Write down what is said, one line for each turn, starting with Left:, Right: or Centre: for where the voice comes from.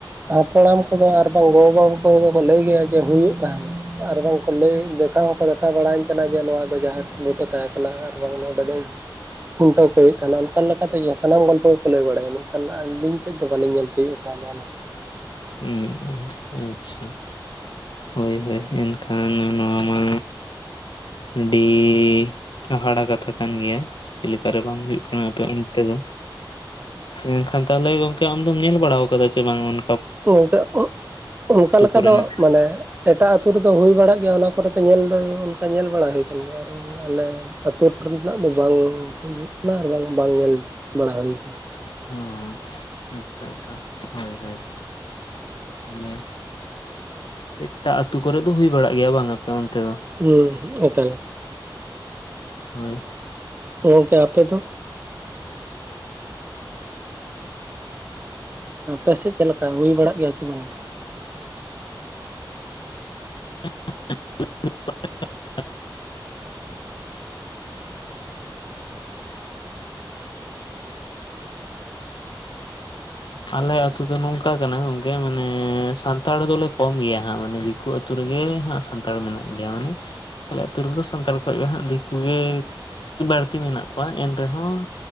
Right: ᱦᱟᱯᱲᱟᱢ ᱠᱚᱫᱚ ᱟᱨ ᱵᱟᱝ ᱜᱚ, ᱵᱟ ᱠᱚᱫᱚ ᱠᱚ ᱞᱟᱹᱭ ᱜᱮᱭᱼᱟ ᱡᱮ ᱦᱩᱭᱩᱜ ᱛᱟᱦᱮᱸᱱᱟ᱾ ᱟᱨ ᱵᱟᱝᱠᱚ ᱞᱟᱹᱭ ᱫᱮᱠᱷᱟᱣ ᱦᱚᱸᱠᱚ ᱫᱮᱠᱷᱟᱣ ᱵᱟᱲᱟᱭᱟᱹᱧ ᱠᱟᱱᱟ ᱡᱮ ᱱᱚᱣᱼᱟ ᱫᱚ ᱡᱟᱦᱮᱨ ᱵᱩᱴᱟᱹ ᱛᱟᱦᱮᱸ ᱠᱟᱱᱟ᱾ ᱟᱨ ᱵᱟᱝ ᱱᱚᱰᱮ ᱫᱚ ᱠᱷᱩᱱᱴᱟᱹᱣ ᱠᱚ ᱛᱟᱞᱮ ᱚᱱᱠᱟ ᱞᱮᱠᱟᱛᱮ ᱡᱟ ᱥᱟᱱᱟᱢ ᱜᱚᱞᱯᱚ ᱜᱮᱠᱚ ᱞᱟᱹᱭ ᱵᱟᱲᱟᱭᱼᱟ, ᱢᱮᱱᱠᱷᱟᱱ ᱟᱹᱞᱤᱧ ᱛᱮᱫ ᱫᱚ ᱵᱟᱞᱤᱧ ᱧᱮᱞ ᱛᱤᱭᱳᱜ ᱠᱟᱜ ᱱᱚᱜ ᱱᱚᱠᱟ,
Left: ᱦᱩᱸ ᱟᱪᱪᱷᱟ᱾ ᱦᱳᱭ ᱦᱳᱭ, ᱮᱱᱠᱷᱟᱱ ᱱᱚᱣᱟ ᱢᱟ ᱰᱤ ᱦᱟᱦᱟᱲᱟ ᱠᱟᱛᱷᱟ ᱠᱟᱱ ᱜᱮᱭᱟ ᱪᱤᱞᱤᱠᱟᱨᱮ ᱵᱟᱝ ᱦᱩᱭᱩᱜ ᱠᱟᱱᱟ ᱟᱯᱮ ᱚᱱᱛᱮ ᱫᱚ ᱢᱮᱱᱠᱷᱟᱱ ᱛᱟᱦᱞᱮ ᱜᱚᱝᱠᱮ ᱟᱢᱫᱚᱢ ᱧᱮᱞ ᱵᱟᱲᱟᱣ ᱠᱟᱫᱟ ᱥᱮ ᱵᱟᱝ ᱚᱱ
Right: ᱛᱚ ᱜᱚᱝᱠᱮ ᱚᱝᱠᱟ ᱞᱮᱠᱟ
Left: ᱠᱚᱨᱮᱱᱟᱜ?
Right: ᱫᱚ ᱢᱟᱱᱮ ᱮᱴᱟᱜ ᱟᱹᱛᱩ ᱨᱮᱫᱚ ᱦᱩᱭ ᱵᱟᱲᱟᱜ ᱜᱮᱭᱟ ᱚᱱᱟ ᱠᱚᱨᱮ ᱫᱚ ᱧᱮᱞ ᱫᱚ ᱚᱱᱠᱟ ᱧᱮᱞ ᱵᱟᱲᱟ ᱦᱩᱭ ᱠᱟᱱ ᱜᱮᱭᱟ, ᱟᱨ ᱚᱝ ᱟᱞᱮ ᱟᱛᱳ ᱨᱮᱱᱟᱜ ᱫᱚ ᱵᱟᱝ ᱦᱩᱭᱩᱜ ᱠᱟᱱᱟ, ᱟᱨ ᱵᱟᱝ ᱵᱟᱝ ᱧᱮᱞ ᱵᱟᱲᱟ ᱦᱩᱭ ᱠᱟᱱᱟ᱾
Left: ᱦᱩᱸ ᱟᱪᱪᱷᱟ ᱟᱪᱪᱷᱟ ᱦᱳᱭ ᱦᱳᱭ᱾ ᱛᱟᱦᱞᱮ ᱮᱴᱟᱜ ᱟᱹᱛᱩ ᱠᱚᱨᱮ ᱫᱚ ᱦᱩᱭ ᱵᱟᱲᱟᱜ ᱜᱮᱭᱟ ᱵᱟᱝᱟ ᱟᱯᱮ ᱚᱱᱛᱮ ᱫᱚ?
Right: ᱦᱩᱸ ᱮᱠᱟᱞ
Left: ᱦᱳᱭ᱾
Right: ᱜᱚᱢᱠᱮ ᱟᱯᱮ ᱫᱚ? ᱟᱯᱮᱥᱮᱫ ᱪᱮᱫᱞᱮᱠᱟ ᱦᱩᱭ ᱵᱟᱲᱟᱜ ᱜᱮᱭᱟ ᱪᱮ ᱵᱟᱝᱼᱟ?
Left: <inaudible> ᱟᱞᱮ ᱟᱛᱩ ᱫᱚ ᱱᱚᱝᱠᱟ ᱠᱟᱱᱟ ᱜᱚᱝᱠᱮ ᱢᱟᱱᱮ ᱥᱟᱱᱛᱟᱲ ᱫᱚᱞᱮ ᱠᱚᱢ ᱜᱮᱭᱟ ᱦᱟᱸᱜ ᱢᱟᱱᱮ ᱫᱤᱠᱩ ᱟ ᱛᱩ ᱨᱮᱜᱮ ᱦᱟᱸᱜ ᱥᱟᱱᱛᱟᱲ ᱢᱮᱱᱟᱜ ᱞᱮᱭᱟ, ᱢᱟᱱᱮ ᱟᱞᱮ ᱟᱛᱩ ᱨᱮᱫᱚ ᱥᱟᱱᱛᱟᱲ ᱠᱷᱚᱡ ᱜᱮ ᱦᱟᱸᱜ ᱫᱤᱠᱩ ᱜᱮ ᱵᱟᱹᱲᱛᱤ ᱢᱮᱱᱟᱜ ᱠᱚᱣᱟ, ᱮᱱᱨᱮᱦᱚᱸ